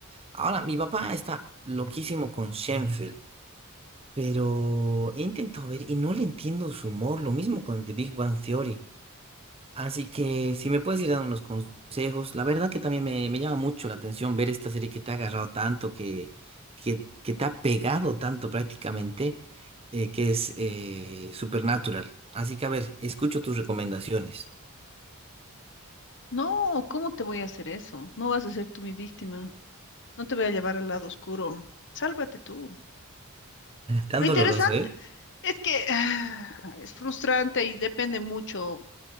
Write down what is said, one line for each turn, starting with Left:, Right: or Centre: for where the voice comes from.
Right: Ahora, mi papá está loquísimo con Shenfield, pero he intentado ver y no le entiendo su humor, lo mismo con The Big Bang Theory. Así que si me puedes ir dando unos consejos, la verdad que también me, me llama mucho la atención ver esta serie que te ha agarrado tanto, que, que, que te ha pegado tanto prácticamente, eh, que es eh, Supernatural. Así que a ver, escucho tus recomendaciones.
Left: No, ¿cómo te voy a hacer eso? No vas a ser tú mi víctima. No te voy a llevar al lado oscuro. Sálvate tú. <laughs>
Right: Tan
Left: Ah, Interesante.
Right: doloroso, ¿eh?
Left: Es que ah, es frustrante y depende mucho